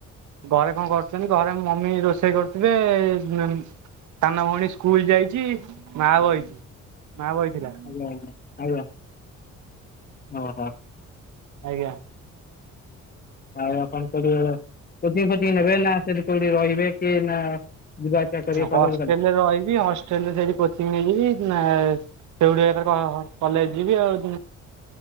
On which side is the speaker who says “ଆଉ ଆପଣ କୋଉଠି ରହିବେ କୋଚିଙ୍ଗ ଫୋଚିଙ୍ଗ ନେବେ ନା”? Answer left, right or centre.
Left